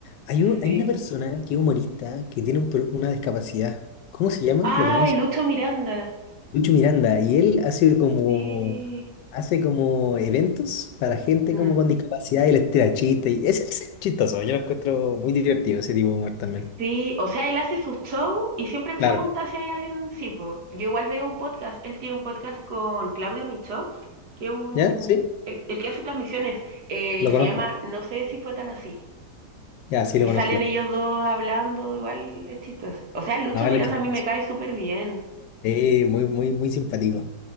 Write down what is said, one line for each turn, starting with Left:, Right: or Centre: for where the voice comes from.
Left: Hay, un-
Right: Sí.
Left: hay una persona que es humorista que tiene un pro- una discapacidad. ¿Cómo se llama?
Right: ¡Ay,
Left: ¿Lo conoces?
Right: Lucho Miranda!
Left: Lucho Miranda. Y él hace como,
Right: Sí.
Left: hace como eventos para gente
Right: Mm,
Left: como con discapacidad y les tira chistes. Y es, es chistoso. Yo lo encuentro muy divertido ese tipo de humor también.
Right: Sí, o sea, él hace su show y siempre pregunta
Left: Claro.
Right: si hay alguien, sí, po. Yo igual veo un podcast, él tiene un podcast con Claudio Michox, que es un,
Left: ¿Ya? ¿Sí?
Right: el, el que hace transmisiones, eh,
Left: Lo
Right: y se
Left: conozco.
Right: llama No sé si fue tan así.
Left: Ya, sí
Right: Y
Left: lo conozco.
Right: salen
Left: Lo...
Right: ellos dos hablando, igual es chistoso. O sea, Lucho
Left: No, vale,
Right: Miranda
Left: chistoso.
Right: a mí me cae súper bien.
Left: Sí, muy, muy, muy simpático.